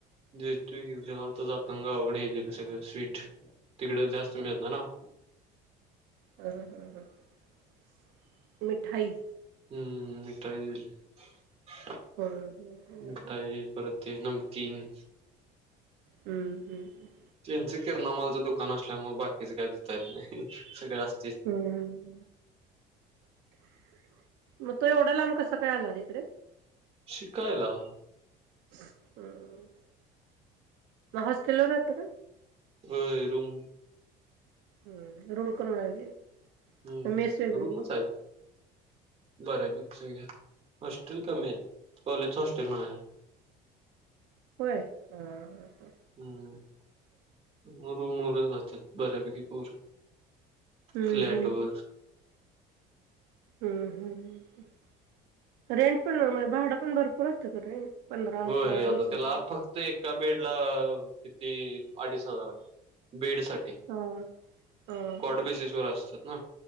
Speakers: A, on the right; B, on the right.
A: देतोय की, त्याला आता जाताना गावाकडे हे दिले सगळं स्वीट तिकडे जास्त मिळत नाही ना
B: हम्म हम्म हम्म, मिठाई?
A: हम्म्, मिठाई दिलंय
B: हम्म हम्म हम्म
A: मिठाई परत नमकीन
B: हम्म हम्
A: त्यांंच किरणामालचं दुकान असल्यामुळे बाकीचे काय दिता येत नाही, सगळे असते
B: हम्म मग तो एवढा लाम कसं काय आला रे तिकडे?
A: शिकायला!
B: हम्म, मग हॉस्टेलवर राहतो का?
A: व्हाय रूम
B: हम्म, रूम करून राहिली
A: हम्म
B: मेस वेगळी
A: रूमच आहेत, बऱ्यापैकी सगळ्या कॉलेजच हॉस्टेल न
B: होय ह
A: हम्म, मुरुमर राहतात बऱ्यापैकी पोर
B: हम्म
A: फ्लॅट
B: हम्
A: वर
B: हम्म हम्म ह रेंट पण भाडं पण भरपूर असतं का? रेंट पंधरा
A: हो,
B: हजार वीस
A: आता त्याला
B: हजार
A: फक्त एक बेडला किती अडीच हजार बेडसाठी
B: हा हा
A: कॉट
B: हा
A: बेसिस वर असतात ना